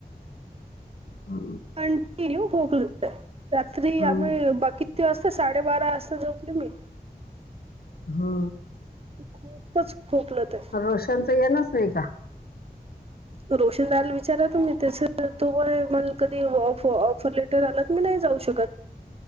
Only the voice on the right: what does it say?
<unintelligible> रात्री
आम्ही बाकी किती वाजता साडेबारा वाजता झोपले मी.
ती खुपचं खोकलते.
तो रोशन दादाला विचारलं तुम्ही त्याचं तो म्हणेल मला, कधी ऑफ ऑफर लेटर आल नाही मी जावू शकत.